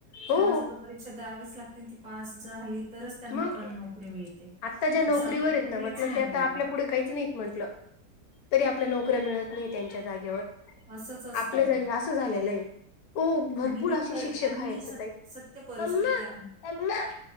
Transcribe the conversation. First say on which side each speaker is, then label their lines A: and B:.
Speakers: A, in the centre; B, on the left (about 70°).
A: त्यांना
B: हो.
A: सुद्धा परीक्षा द्यावीच लागते ती पास झाली. तरच त्यांना
B: मग
A: पण नोकरी मिळते,
B: आत्ता ज्या नोकरीवर
A: असं आता
B: आहेत
A: कुठेच
B: ना म्हटलं
A: नाही
B: ते आता
A: राहिलं.
B: आपल्या पुढे काहीच नाहीत म्हंटलं, तरी आपल्या नोकऱ्या मिळत नाही त्यांच्या जागेवर.
A: असंच असतं
B: आपल्या जागे असं झालेलं आहे, ओ भरपूर
A: आणि ही
B: असे
A: ख
B: शिक्षक
A: आणि
B: आहेत
A: ही सत
B: ताई.
A: सत्य परिस्थिती
B: अम्मा
A: आहे.
B: अम्मा.